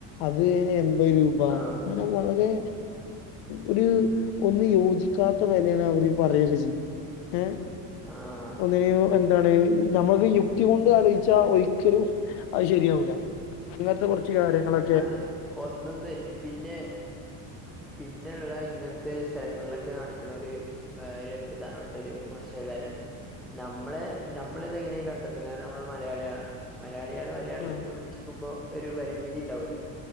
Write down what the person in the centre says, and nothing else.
ആഹ്
ആഹ്
അതെ ഒന്ന്ന്ന് പിന്നെ പിന്നെള്ള ഇങ്ങൻത്തെ സ്ഥലങ്ങളിലൊക്കെ നടക്കണോര് വേറൊരു പ്രധാനപ്പെട്ടൊരു മോശായ കാര്യാണ് നമ്മെള് നമ്മളിതെങ്ങനെയാ കണ്ടെത്തി കാരണം നമ്മള് മലയാളികളാണ് മലയാളികള് മലയാളികളെ
പറ്റിക്കുമ്പോ ഒരു പരിമിതിയുണ്ടാവുല്ലോ